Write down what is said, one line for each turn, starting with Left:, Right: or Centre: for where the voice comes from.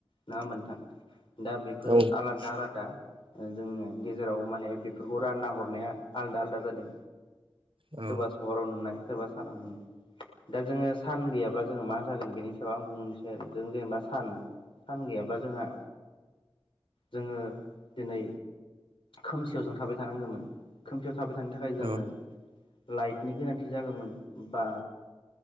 Left: नङा होमबा नोंथां दा बेफोरो
Right: औ
Left: आलादा आलादा ओ जोंनो गेजेराव माने बेफोरखौ रानना हरनाया आलदा आलदा जादों।
Right: औ
Left: सोरबा सहराव नुनाय सोरबा सानाव नुनाय दा जोंङो सान गैयाब्ला जोंङो मा जागोन बेनि सायाव आं बुंनोसै आरो जों जेनेबा सान सान गैयाब्ला जोंहा जोंङो दिनै खोमसियाव जों थाबाय थानांगौमोन। खोमसियाव थाबाय थानो थाखाय जोंनो
Right: औ
Left: लाइटनि गोनांथि जागौमोन बा